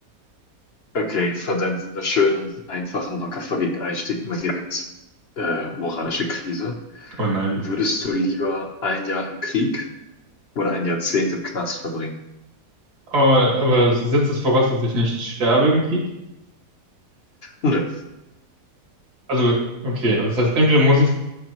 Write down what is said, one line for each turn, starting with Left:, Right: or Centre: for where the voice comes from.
Left: Okay, von deinem wunderschönen, einfachen, locker flockigen Einstieg mal direkt äh, moralische Krise.
Right: Oh nein.
Left: Würdest du lieber ein Jahr im Krieg oder ein Jahrzehnt im Knast verbringen?
Right: Oh, aber es setzt es voraus, dass ich nicht sterbe im Krieg?
Left: Nö.
Right: Also, okay, also das heißt, entweder muss ich,